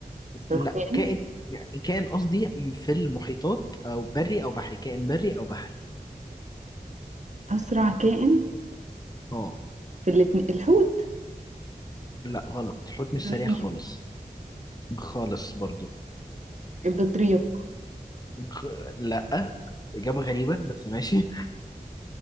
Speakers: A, on the right; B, on the left.
A: الصاروخ
B: لا
A: كائن
B: كائن يعني كائن قصدي في المحيطات او بري او بحري كائن بري او بحري
A: أسرع كائن
B: اه
A: في الاتنين الحوت
B: لا غلط الحوت
A: الدولفين
B: مش سريع خالص خالص برضو
A: البطريق
B: خ... لا اجابه غريبه بس ماشي